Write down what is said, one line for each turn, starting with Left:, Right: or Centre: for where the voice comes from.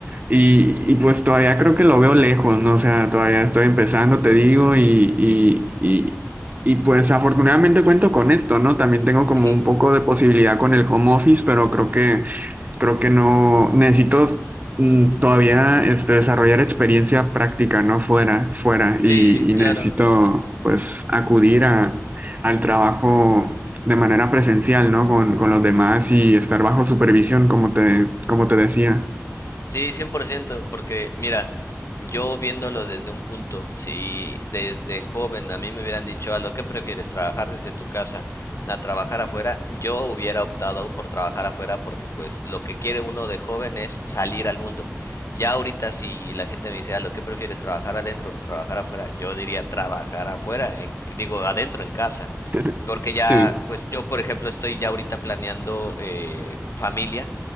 Right: y, y pues todavía creo que lo veo lejos, ¿no? O sea, todavía estoy empezando, te digo, y, y, y, y pues afortunadamente cuento con esto, ¿no? También tengo como
Left: Ujú,
Right: un poco de posibilidad con el home office, pero creo que, creo que no, necesito mm, todavía este, desarrollar experiencia práctica, ¿no? Fuera, fuera, y,
Left: Sí,
Right: y
Left: claro.
Right: necesito pues acudir a, al trabajo. de manera presencial, ¿no? Con, con los demás y estar bajo supervisión, como te, como te decía.
Left: Sí, 100%, porque mira, yo viéndolo desde un punto, si desde joven a mí me hubieran dicho, a lo que prefieres, trabajar desde tu casa a trabajar afuera, yo hubiera optado por trabajar afuera porque pues lo que quiere uno de joven es salir al mundo. Ya ahorita si la gente me dice, a lo que prefieres, trabajar adentro o trabajar afuera, yo diría trabajar afuera, en- digo adentro en casa,
Right: Tere-
Left: porque ya,
Right: Sí,
Left: pues yo por ejemplo estoy ya ahorita planeando eh, familia.